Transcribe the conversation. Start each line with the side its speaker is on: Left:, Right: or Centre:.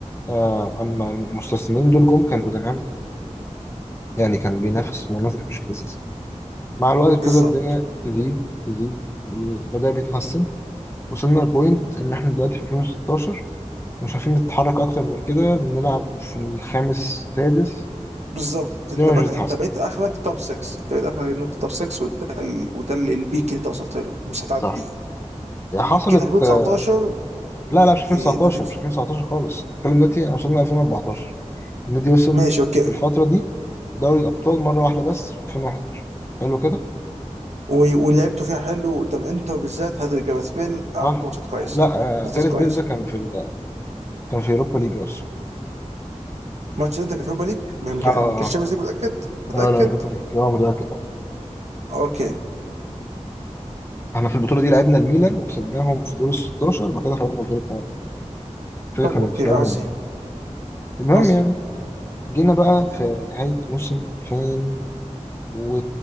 Left: آه، أما المستثمرين دول جم كان توتنهام يعني كان بينافس في مناطق مش لذيذة مع الوقت
Right: بالظبط
Left: ابتدى الدنيا تزيد تزيد بدأ بيتحسن وصلنا لبوينت إن إحنا دلوقتي في 2016 مش عارفين نتحرك أكتر من كده بنلعب في الخامس سادس
Right: بالظبط
Left: الدنيا
Right: انت بخ...
Left: مش بتتحسن
Right: انت بقيت اخرك توب 6 انت بقيت اخرك ان انت توب 6 وده ال... وده ال- البيك اللي انت وصلت له ومش هتعديه
Left: صح هي حصلت
Right: جيت 2019
Left: آه، لا لا مش 2019
Right: إيه، بت...
Left: مش 2019 خالص الكلام دلوقتي أنا وصلنا 2014 النادي وصل
Right: ماشي اوكي
Left: في الفترة دي دوري الأبطال مرة واحدة بس في 2011 حلو كده
Right: و... ولعبته فيها حلو قدام انتر بالذات هات جاريث بيل عملت
Left: صح
Right: ماتشات كويسه
Left: لا آه،
Right: ماتشات
Left: جاريث
Right: كويسه
Left: بيل ده كان في ال... كان في يوروبا ليج أصلا
Right: ماتش انت كان في ليج ما ما
Left: اه
Right: كان-
Left: اه
Right: ما كانش شامبيونز ليج متاكد متاكد
Left: آه، لا لا يوروبا ليج اه متأكد
Right: اوكي
Left: احنا في البطوله دي لعبنا الميلان وكسبناهم في دور ال 16 وبعد كده خرجنا الدور الثمانيه فاكر
Right: طب
Left: كنا
Right: اوكي
Left: خرجنا
Right: عظيم
Left: من الميلان المهم
Right: عظيم
Left: يعني جينا بقى في نهايه موسم 2000 و